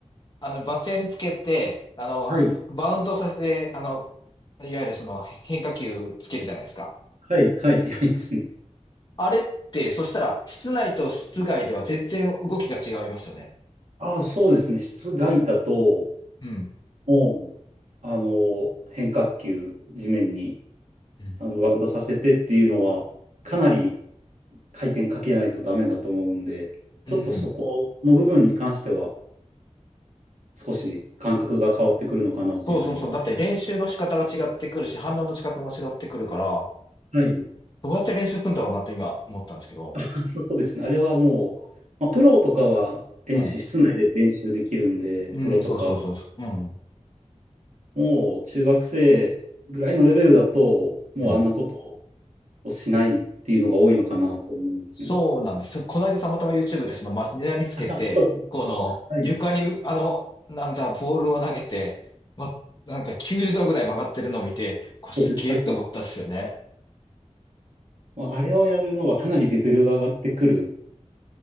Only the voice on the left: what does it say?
あの、バツ屋につけて、あの、
バウンドさせて、あの、いわゆるその変化球つけるじゃないですか。
あれって、そしたら、室内と室外では全然動きが違いますよね。
うん。
うん。
うん。
そうそうそう。だって練習の仕方が違ってくるし、反応の仕方も違ってくるから、
どうやって練習するんだろうなって今思ったんですけど。
うん。
うん、
そうそうそうそう。うん。
うん。
そうなんです。この間たまたま YouTube でその町田につけて、
この床にあの、
なんだ、ボールを投げて、ま、なんか90度ぐらい曲がってるのを見て、これすげえって思ったんですよね。